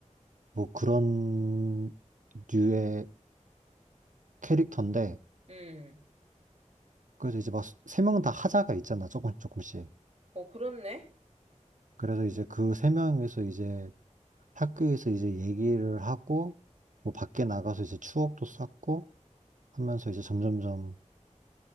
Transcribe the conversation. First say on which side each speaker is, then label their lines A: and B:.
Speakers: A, on the right; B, on the right.
A: 뭐 그런 류의 캐릭터인데
B: 응.
A: 그래서 이제 막 세 명 다 하자가 있잖아 조금 조금씩
B: 어, 그렇네.
A: 그래서 이제 그 세 명에서 이제 학교에서 이제 얘기를 하고 뭐 밖에 나가서 이제 추억도 쌓고 하면서 이제 점점점